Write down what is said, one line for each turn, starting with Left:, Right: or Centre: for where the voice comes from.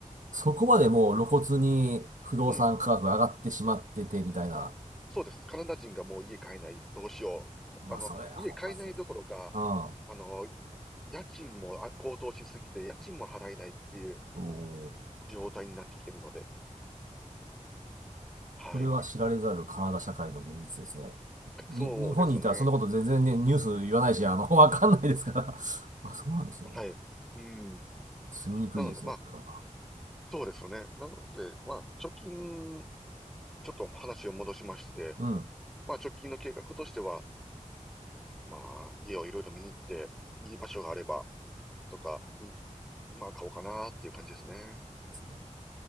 Right: そこまでもう露骨に不動産価格が上がってしまってて、
Centre: うん。
Right: みたいな。
Centre: そうです。カナダ人がもう家買えない。どうしよう。
Right: まあ、
Centre: あの、
Right: それ、
Centre: 家買えないどころか、
Right: ほんまそう。うん。
Centre: あの、家賃もあ高騰しすぎて、家賃も払えないっていう
Right: おー
Centre: 状態になってきてるので。はい。
Right: これは知られざるカナダ社会の現実ですね。に、
Centre: そうですね。
Right: 日本にいたらそんなこと全然ね、ニュース言わないし、あの、<laughs> わかんないですから。<laughs> あ、そうなんですね。
Centre: はい。うん。
Right: 住みにくいですね、
Centre: なので、まあ、
Right: それは。
Centre: そうですね。なので、まあ、貯金、ちょっと話を戻しまして、
Right: うん。
Centre: まあ、直近の計画としては、まあ、家をいろいろ見に行って、いい場所があれば、とか、いまあ、買おうかなっていう感じですね。
Right: ですね